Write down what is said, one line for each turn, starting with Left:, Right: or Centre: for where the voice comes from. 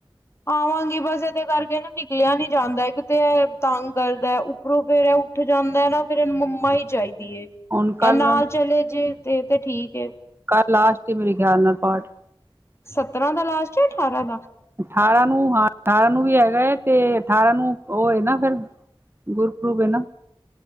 Left: ਆਵਾਂਗੀ, ਬੱਸ ਏਦੇ ਕਾਰਕੇ ਨਾ ਨਿਕਲੇਆ ਨੀ ਜਾਂਦਾ ਇੱਕ ਤੇ ਐ ਤਾੰਗ ਕਰਦੈ ਉਪ ਉਪਰੋਂ ਫੇਰ ਐ ਉਠ ਜਾਂਦੈ ਨਾ ਫੇਰ ਏਨ ਮੰਮਾ ਈ ਚਾਈਦੀ ਏ,
Right: ਹੁਣ ਕੱਲ
Left: ਐ ਨਾਲ ਚਲੇ ਜੇ ਤੇ, ਤੇ ਠੀਕ ਏ।
Right: ਕਾੱਲ ਲਾਸਟ ਏ ਮੇਰੇ ਖੇਆਲ ਨਾਲ ਪਾਠ।
Left: ਸਤਰਾਂ ਦਾ ਲਾਸਟ ਏ ਅਠਾਰਾਂ ਦਾ?
Right: ਅਠਾਰਾਂ ਨੂੰ ਹਾਂ ਅਠਾਰਾਂ ਨੂੰ ਵੀ ਹੈਗੈ, ਤੇ ਅਠਾਰਾਂ ਨੂੰ ਓ ਏ ਨਾ ਫੇਰ ਗੁਰਪੂਰਵ ਏ ਨਾ।